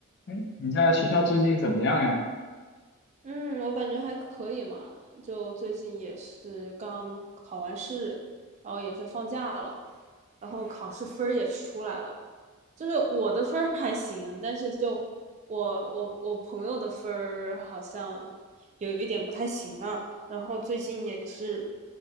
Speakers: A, on the left; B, on the right.
A: 哎，你在学校最近怎么样呀？
B: 嗯，我感觉还可以嘛，就最近也是刚考完试，然后也是放假了，然后考试分儿也出来了，就是我的分儿还行，但是就我我我朋友的分儿好像有一点不太行啊，然后最近也是，